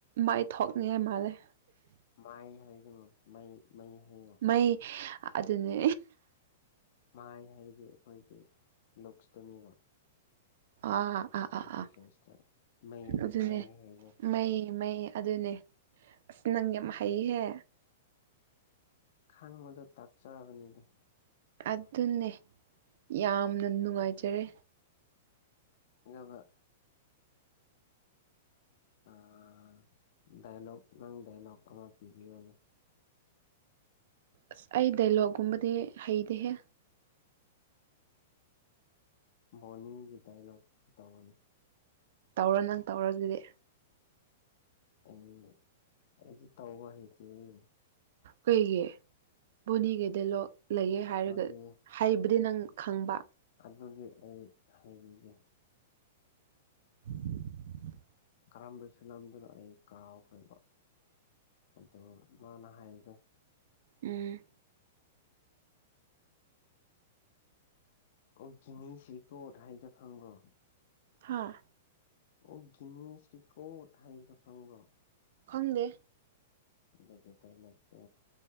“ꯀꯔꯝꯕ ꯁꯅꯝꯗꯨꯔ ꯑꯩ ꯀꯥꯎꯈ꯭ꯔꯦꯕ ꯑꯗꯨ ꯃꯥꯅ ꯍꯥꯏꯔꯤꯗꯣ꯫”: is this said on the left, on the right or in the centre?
Left